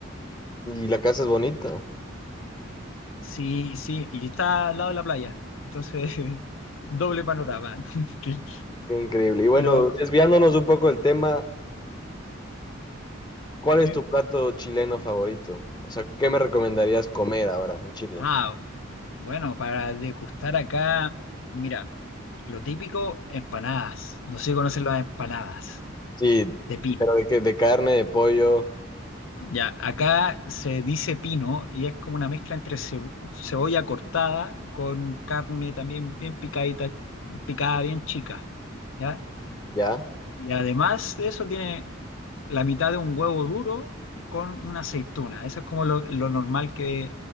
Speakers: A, on the left; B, on the left.
A: y la casa es bonita.
B: Lo- Sí, sí, y está al lado de la playa. Entonces, <laughs> doble panorama. <laughs> Sí,
A: Qué increíble. Y bueno,
B: Pero,
A: desviándonos un poco del tema, ¿cuál
B: ¿sí?
A: es tu plato chileno favorito? O sea, ¿qué me recomendarías comer ahora en Chile?
B: Ah, bueno, para degustar acá, mira, lo típico, empanadas. No sé si conocen las empanadas
A: Sí,
B: de pino.
A: pero de, que, de carne, de pollo,
B: Ya, acá se dice pino y es como una mezcla entre cebo- cebolla cortada con carne también bien picadita, picada bien chica, ¿ya?
A: ya.
B: Y además de eso tiene la mitad de un huevo duro con una aceituna. Eso es como lo, lo normal que